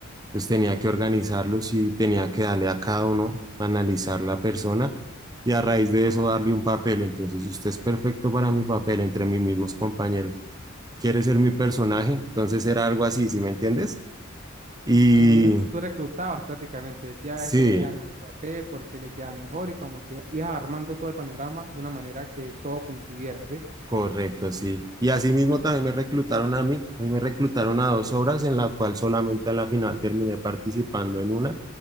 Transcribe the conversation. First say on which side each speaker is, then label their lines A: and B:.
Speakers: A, on the right (about 20°); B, on the right (about 35°).
A: Entonces tenía que organizarlos y tenía que darle a cada uno, analizar la persona y a raíz de eso darle un papel. Entonces usted es perfecto para mi papel entre mis mismos compañeros. Quiere ser mi personaje, entonces era algo así, ¿sí me entiendes? Y
B: como un, tú reclutabas prácticamente, decía,
A: sí,
B: a este le queda mejor el papel, porque le queda mejor, y como que ibas armando todo el panorama de una manera que todo coincidiera, ¿sí?
A: correcto, sí. Y así mismo también me reclutaron a mí. A mí me reclutaron a dos obras en la cual solamente a la final terminé participando en una